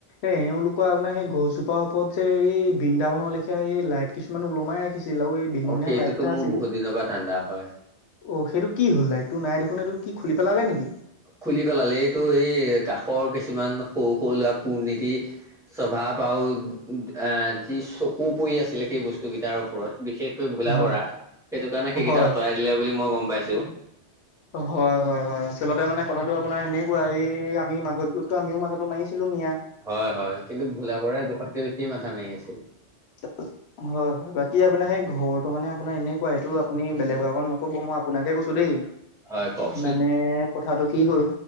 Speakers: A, on the left (about 70°); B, in the centre.
A: এ এওঁলোকৰ আপোনাৰ সেই গছজোপাৰ ওপৰত যে এই বৃন্দাবনৰ লেখিয়া এই লাইট কিছুমানক লমাই ৰাখিছিল আৰু এই বেঙুনীয়া
B: সেইটোতো
A: লাইট এটা
B: মোৰ
A: আছিল
B: বহুত দিনৰ পৰা তাণ্ডা হয়।
A: অ, সেইটো কি হ'ল নাই তোৰ নাই দেখোন এইটো কি খুলি পেলালে নেকি?
B: খুলি পেলালে, এইটো এই কাষৰ কিছুমান সৰু-সৰু ল'ৰা কৰ্নীতি। স্বভাৱ আৰু আৰু যি চকু পৰি আছিলে সেই বস্তুকেইটাৰ ওপৰত বিশেষ ভোলা
A: হয়।
B: বৰা সেইটো কাৰণে সেইকেইটা
A: হয়।
B: আঁতৰাই দিলে বুলি মই গম পাইছো।
A: হয়-হয়-হয় আচলতে মানে কথাটো আপোনাৰ এনেকুৱা এই আমি মাজত গৈছিলো। আমিও মাথাটো মাৰিছিলো নিয়া।
B: হয়-হয় কিন্তু ভোলা বৰাই জুখতকে বেছিয়ে মাথা মাৰি আছে।
A: <unintelligible> হয়-হয় বাকী আপোনাৰ সেই ঘৰটো মানে আপোনাৰ এনেকুৱা সেইটো আপুনি বেলেগৰ আগত নকব মই আপোনাকে কৈছো দেই।
B: হয় কওকচোন
A: মানে কথাটো কি হ'ল,